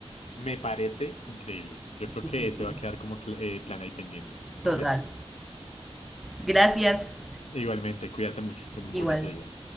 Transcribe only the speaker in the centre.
Increíble.
Total. Gracias.
Igual.